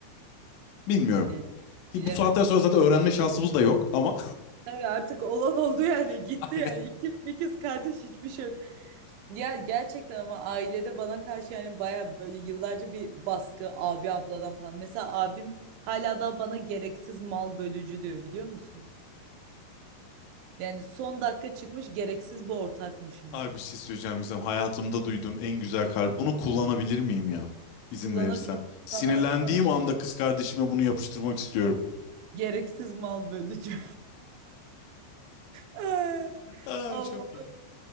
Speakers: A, on the left; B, on the right.
A: Bilmiyorum.
B: Yani
A: Ki
B: bilemedim.
A: Bu saatten sonra zaten öğrenme şansımız da yok ama.
B: Tabii artık olan oldu yani
A: <laughs>
B: gitti
A: Aynen.
B: yani ikiz mikiz kardeş hiçbir şey yok. Ya gerçekten ama ailede bana karşı yani baya böyle yıllarca bir baskı abi abladan falan. Mesela abim hala da bana gereksiz mal bölücü diyor biliyor musun? Yani son dakika çıkmış gereksiz bir ortakmışım.
A: Abi bir şey söyleyeceğim Gizem. Hayatımda duyduğum en güzel kar. Bunu kullanabilir miyim ya? İzin
B: Kullanabilir
A: verirsen. Sinirlendiğim
B: sana sana
A: anda kız kardeşime bunu yapıştırmak istiyorum.
B: gereksiz mal bölücü. <laughs>
A: Ay
B: Allah
A: çok iyi.